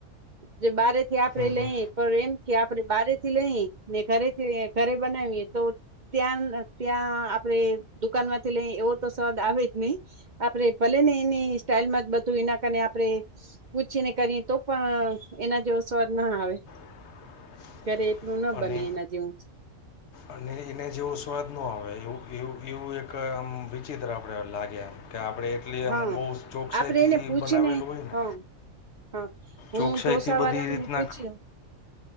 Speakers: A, on the right (about 40°); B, on the left (about 65°).
A: જે બારે થી આપડે
B: હમ હમ
A: લઈ પણ એમ કે આપડે બારે થી લઈ ને ઘરેથી ઘરે બનાવીએ તો ત્યાં, ત્યાં આપડે દુકાન માંથી લઈ એવો તો સ્વાદ આવે જ નહી આપડે ભલે ને એની સ્ટાઈલમાં જ બધું એના કને આપણે પૂછીને કરી તો પણ એના જેવો સ્વાદ ના આવે
B: <inaudible>
A: ધરે એટલું ના
B: અને
A: બને એના જેવું જ
B: અને એને જેવો સ્વાદ ન આવે એવું એવું, એવું એક આમ વિચિત્ર આપણે લાગે એમ કે આપણે એટલી
A: હા
B: એમ બહુ ચોકસાઈથી
A: આપડે એને પૂછીને
B: બનાવેલું હોય ને
A: હા હા, હું
B: ચોકસાઈથી
A: ઢોસા
B: બધી
A: વાળા
B: રીતના
A: ને પૂછયુ